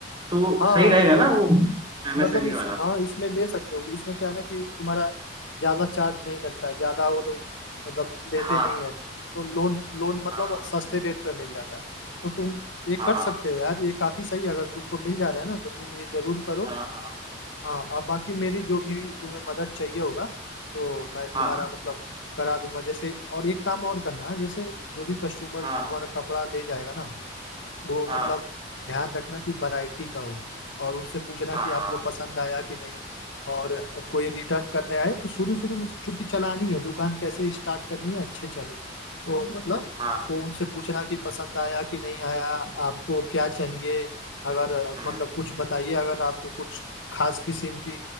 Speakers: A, on the right; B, on the left.
A: तो वो
B: हाँ
A: सही रहेगा
B: तो
A: ना वो हम्म। एमएसएमई
B: मतलब इस
A: वाला
B: हाँ इसमें ले सकते हो इसमें क्या है ना कि तुम्हारा ज्यादा चार्ज नहीं लगता है ज्यादा वो लोग मतलब लेते
A: हाँ
B: नहीं है तो लोन लोन मतलब
A: हाँ
B: सस्ते रेट पे मिल जाता है तो तुम ये
A: हाँ
B: कर सकते हो यार ये काफी सही है अगर तुमको मिल जा रहा है ना तो तुम ये जरूर करो
A: हाँ
B: हाँ और बाकी मेरी जो भी तुम्हें मदद चाहिए होगा तो मैं
A: हाँ
B: तुम्हारा
A: हाँ
B: मतलब करा दूंगा जैसे और एक काम और करना है जैसे जो भी कस्टमर
A: हाँ
B: तुम्हारा कपड़ा ले जाएगा ना वो
A: हाँ
B: मतलब ध्यान रखना कि वैरायटी का हो और उससे पूछना
A: हाँ
B: कि आपको
A: हाँ
B: पसंद आया कि नहीं और कोई रिटर्न करने आए तो शुरू शुरू में चूंकि चलानी है दुकान कैसे स्टार्ट करनी है अच्छे चले तो मतलब
A: हाँ,
B: वो उनसे पूछना कि पसंद आया कि नहीं आया आपको क्या चाहिए अगर अ,
A: हम्म
B: मतलब कुछ बताइए अगर आपको कुछ खास किस्म की